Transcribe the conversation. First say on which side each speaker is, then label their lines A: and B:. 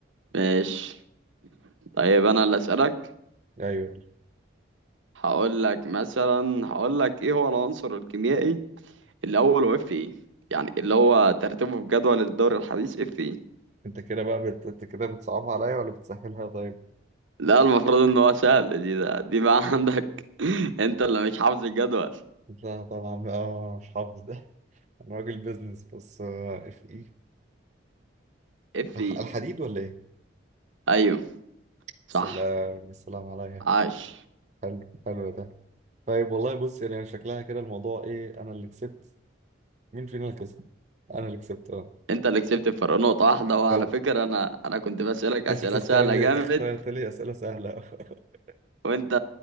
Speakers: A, on the right (about 80°); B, on the right (about 35°).
A: ماشي طيب أنا اللي أسألك
B: أيوه يلا.
A: هقول لك مثلا هقول لك إيه هو العنصر الكيميائي الأول وإف إيه يعني اللي هو ترتيبه في جدول الدوري الحديث إف إيه
B: أنت كده بقى بت... أنت كده بتصعبها عليا ولا بتسهلها طيب؟
A: لا المفروض ان هو سهل دي ده دي بقى عندك <laughs> انت اللي مش حافظ الجدول
B: لا طبعا بقى أنا مش حافظ ده <laughs> أنا راجل بيزنس بس آه، اف إيه
A: اف
B: الح-
A: اي
B: الحديد ولا إيه؟
A: ايوه
B: سلام
A: صح
B: السلام عليا
A: عاش
B: حلو حلو ده طيب والله بص يعني شكلها كده الموضوع إيه أنا اللي كسبت مين فينا اللي كسب؟ أنا اللي كسبت أه
A: انت اللي كسبت الفرق نقطة واحدة وعلى
B: فرق
A: فكرة انا انا كنت بسألك اسئلة
B: أنت بتختار
A: سهلة
B: لي
A: جامد
B: اخترت لي أسئلة سهلة <laughs>
A: وانت